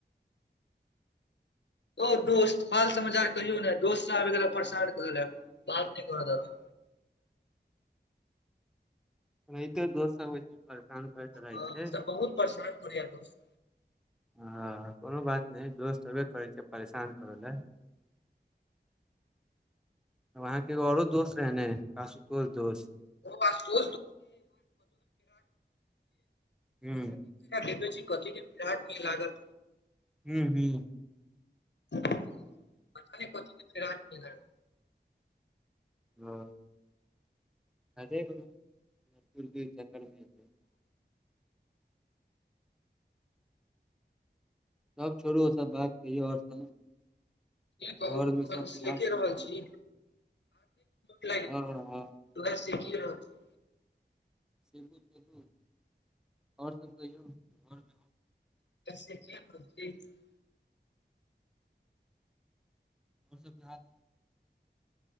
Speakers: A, on the left (about 80°); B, in the centre.
A: ओ दोस्त हाल समाचार कहियौ ने दोस्त परेशान बात करय देलक
B: एनाहिते दोस्त सब के परेशान करैत रहै
A: हँ
B: छै
A: ई सब बहुत परेशान करय यै दोस्त
B: ह कोनो बात नहि दोस्त होबे करै छै परेशान करय लए आहाँके और दोस्त रहै न आशुतोष दोस्त
A: <unintelligible> एकरा
B: हूँ
A: भेज दे छी कथी के फिराक मे लागल
B: हू हू
A: पता नहि कथी के फिराक मे <inaudible>
B: हँ अे को दूर दूर चक्करमे अतै <unintelligible> तब छोड़ू उ सब बात कहियौ आओर सब
A: की कहू
B: घर मे
A: से
B: सबके
A: ते
B: हाल
A: देखिए
B: समाचार
A: रहल छी लय
B: हँ हँ
A: सिख‌ए रहल छी <unintelligible>
B: <unintelligible> आओर सब कहियौ घरमे
A: क <unintelligible>
B: उसब देहात